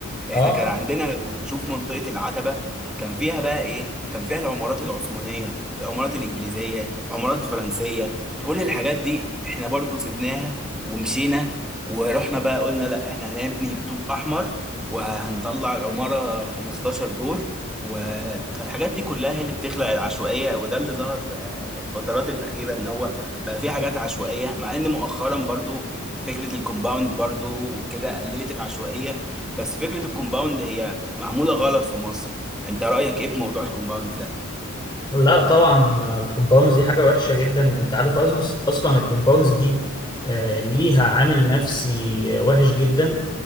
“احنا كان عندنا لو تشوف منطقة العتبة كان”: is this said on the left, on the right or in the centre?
Centre